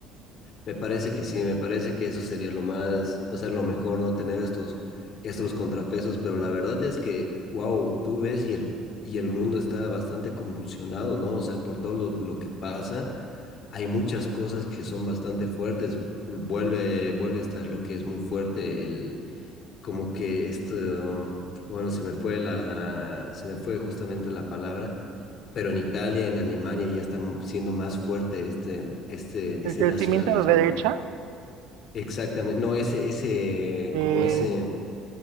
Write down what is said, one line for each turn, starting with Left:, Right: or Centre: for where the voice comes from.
Left: Me parece que sí, me parece que eso sería lo más, o sea, lo mejor, ¿no? Tener estos, estos contrapesos, pero la verdad es que, wow, tú ves y el, y el mundo está bastante convulsionado, ¿no? O sea, por todo lo, lo que pasa hay muchas cosas que son bastante fuertes. Vuelve, vuelve a estar lo que es muy fuerte, el, como que esto, um, bueno, se me fue la, se me fue justamente la palabra, pero en Italia, en Alemania ya está siendo más fuerte este, este,
Right: El
Left: ese
Right: crecimiento
Left: nacionalismo
Right: de derecha,
Left: más. Exactamente, no, ese, ese,
Right: eh,
Left: como ese,